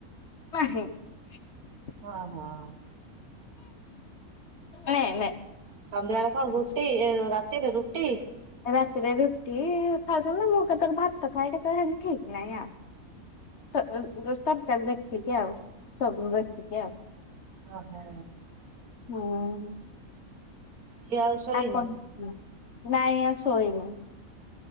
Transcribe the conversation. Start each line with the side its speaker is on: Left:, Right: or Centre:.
Left: <unintelligible>
Right: ହଁ ହଁ
Left: ନେ ନେ
Right: ସନ୍ଧ୍ୟାବେଳେ କଣ ରୁଟି
Left: ଭଲ।
Right: ଏ ରାତିରେ ରୁଟି?
Left: ରାତିରେ ରୁଟି ଖାଉଚନ୍ତି ମୁଁ କେତେବେଳେ ଭାତ ଖାଏ କେତେବେଳେ ହେମିତି ଠିକ୍ ନାହିଁ ଆଉ। ତ ତରକାରୀ ଦେଖିକି ଆଉ ସବୁ ଦେଖିକି ଆଉ।
Right: ଓ ହୋ।
Left: ହୁଁ
Right: ଝିଅ ଆଉ ଶୋଇନି?
Left: ଆ କଣ ନାଇଁ ଆଉ ଶୋଇନୁ।